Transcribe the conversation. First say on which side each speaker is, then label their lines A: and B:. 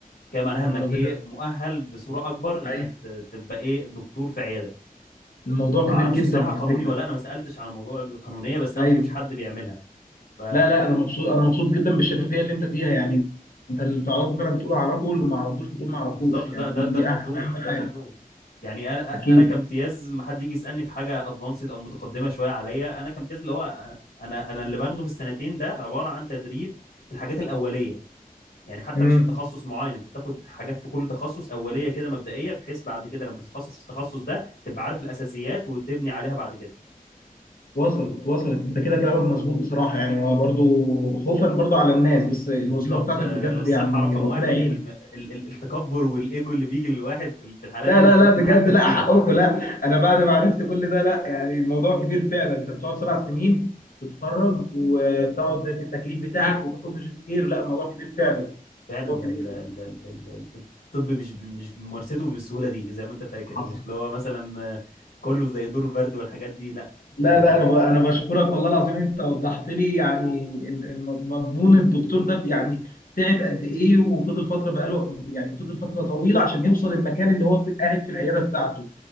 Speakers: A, on the left; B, on the left.
A: كده معناها
B: يا
A: انك
B: نهار ابيض
A: ايه مؤهل بصوره اكبر انك
B: ايوه
A: ت- تبقى ايه دكتور في عياده
B: الموضوع
A: ما
B: كبير
A: اعرفش
B: جدا
A: الصراحه
B: على
A: قانوني
B: فكره
A: ولا لأ، انا ما سالتش عن موضوع القانونيه بس انا
B: ايوه
A: ما شفتش حد بيعملها ف
B: لا لا انا مبسوط انا مبسوط جدا بالشفافيه اللي انت فيها يعني انت اللي تعرفه فعلا بتقول اعرفه واللي ما اعرفوش بتقول ما اعرفوش
A: بالظبط ده
B: يعني
A: ده
B: دي
A: ده
B: دي
A: المفروض
B: اهم اهم
A: ده
B: حاجه
A: المفروض يعني انا
B: اكيد
A: انا كامتياز ما حد يجي يسالني في حاجه ادفانسد او متقدمه شويه عليا انا كامتياز اللي هو انا انا أنا اللي باخده في السنتين ده عباره عن تدريب الحاجات الاوليه يعني حتى
B: امم
A: مش في تخصص معين انت بتاخد حاجات في كل تخصص اوليه كده مبدئيه بحيث بعد كده لما تتخصص في التخصص ده تبقى عارف الاساسيات وتبني عليها بعد كده
B: وصلت وصلت انت كده كلامك مظبوط بصراحه يعني هو برضو خوفا برضو على الناس بس الوظيفه
A: بالظبط
B: بتاعتك
A: آه،
B: بجد
A: الصحه
B: يعني
A: رقم
B: ربنا
A: واحد
B: يعينك
A: يعني م- ال- ال- التكبر والايجو اللي بيجي للواحد في ال- في الحالات
B: لا
A: دي المفروض
B: لا لا بجد
A: تتحكم
B: لا
A: فيها
B: حقكم
A: يعني
B: لا انا بعد ما عرفت كل ده لا يعني الموضوع كبير فعلا انت بتقعد سبع سنين تتخرج وتقعد في التكليف بتاعك وتاخد ماجستير لا الموضوع كبير فعلا
A: فعلا
B: موضوع
A: ده
B: كبير
A: ال ال ال ال ال- الطب مش ب- مش ممارسته بالسهوله دي زي ما انت فاكر
B: حصل
A: مش اللي هو مثلا آه، كله زي دور برد والحاجات دي لا
B: لا
A: يعني
B: لا انا ب- انا بشكرك والله العظيم انت وضحت لي يعني ال- الم- مضمون الدكتور ده يعني تعب قد ايه وفضل فتره بقاله يعني فضل فتره طويله عشان يوصل المكان اللي هو في- قاعد في العياده بتاعته